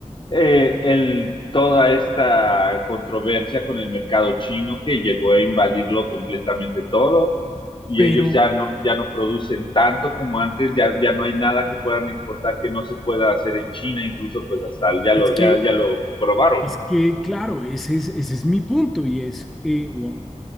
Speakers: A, on the left; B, in the centre.
A: eh, el, toda esta controversia con el mercado chino que llegó a invadirlo completamente todo y
B: Pero
A: ellos ya no, ya no producen tanto como antes, ya, ya no hay nada que puedan exportar que no se pueda hacer en China, incluso pues hasta ya
B: es
A: lo,
B: que
A: ya, ya lo probaron,
B: Es
A: ¿no?
B: que, claro, ese es, ese es mi punto y es, eh, wow,